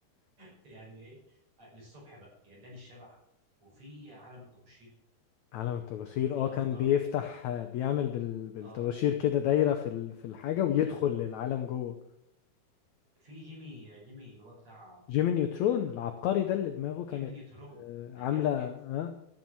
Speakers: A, on the right; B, on the left.
A: <laughs> يعني ايه آه، للصبح بقى يعني داني الشبح وفي عالم الطباشير
B: عالم الطباشير
A: في
B: اه كان
A: افاتار
B: بيفتح بيعمل بال... بالطباشير
A: اه
B: كده دايرة في ال... في الحاجة
A: في
B: ويدخل
A: آه،
B: للعالم جوه
A: في جيمي جيمي اللي هو بتاع
B: جيمي نيوترون العبقري ده اللي دماغه كانت
A: جيمي نيوترون
B: آه، عاملة
A: ده جامد جدا
B: ها